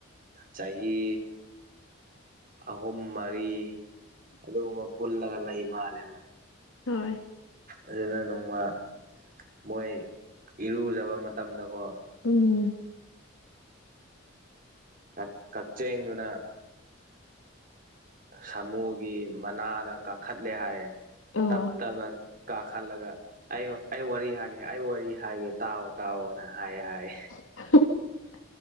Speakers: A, on the right; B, on the left.
A: ꯆꯍꯤ ꯑꯍꯨꯝ ꯃꯔꯤ ꯑꯗꯨꯒꯨꯝꯕ ꯄꯨꯜꯂꯒ ꯂꯩ ꯃꯥꯜꯂꯦꯕ
B: ꯍꯣꯏ
A: ꯑꯗꯨꯅ ꯅꯣꯡꯃ ꯃꯣꯏ ꯏꯔꯨꯖꯕ ꯃꯇꯝꯗꯀꯣ
B: ꯎꯝ
A: ꯀ ꯀꯆꯦꯡꯗꯨꯅ ꯁꯥꯃꯨꯒꯤ ꯃꯅꯥꯗ ꯀꯥꯈꯠꯂꯦ ꯍꯥꯏꯌꯦ
B: ꯑꯣ
A: ꯇꯞ ꯇꯞꯅ ꯀꯥꯈꯠꯂꯒ ꯑꯩ ꯑꯩ ꯋꯥꯔꯤ ꯍꯥꯏꯒꯦ ꯑꯩ ꯋꯥꯔꯤ ꯍꯥꯏꯒꯦ ꯇꯥꯎꯑꯣ ꯇꯥꯎꯑꯣꯅ ꯍꯥꯏ ꯍꯥꯏ
B: <unintelligible>